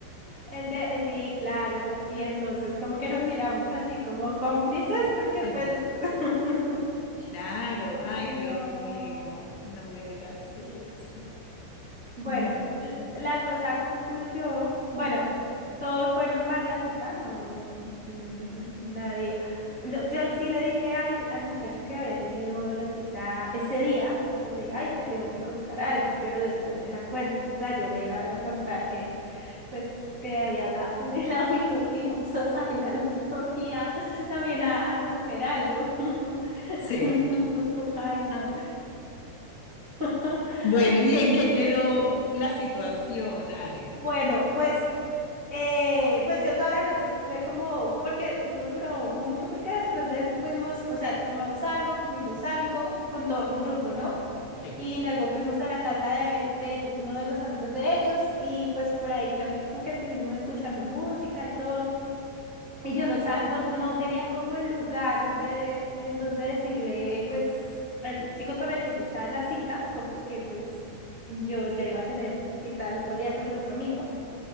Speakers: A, on the right; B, on the left.
A: El de, sí, claro. Y entonces como que nos miramos así como cómplices porque
B: Sí.
A: pues... <laughs>
B: Claro, ay
A: Ay,
B: Dios
A: no.
B: mío, no me digas eso.
A: Bueno,
B: No.
A: l- la cosa concluyó, bueno, todo fue normal la cita, no, mm, nadie, lo- yo sí le dije al, al muchacho que había tenido la cita ese día, como que le dije, ay, te tengo que contar algo, pero después te la cuento, o sea, yo le iba a contar que, pues, que había hablado con el <laughs> amigo y que íbamos a salir al otro día también a, a comer algo. <laughs>
B: Sí.
A: Ay, no.
B: Ah.
A: <laughs>
B: Bueno, ¿y en qué quedó la situación, Ale?
A: Bueno, pues Eh, pues yo toda la noche estuve como, porque eso duró mucho, porque después de eso fuimos, o sea, tomamos algo, comimos algo con todo el grupo, ¿no?
B: Sí,
A: Y luego fuimos a la casa de, de uno de los amigos de ellos y pues por ahí también como que seguimos escuchando música y todo. Y yo no, sa- no, no tenía como el lugar de en donde decirle pues al chico con el que yo estaba en la cita, como que pues yo ya iba a tener cita el otro día con el otro amigo.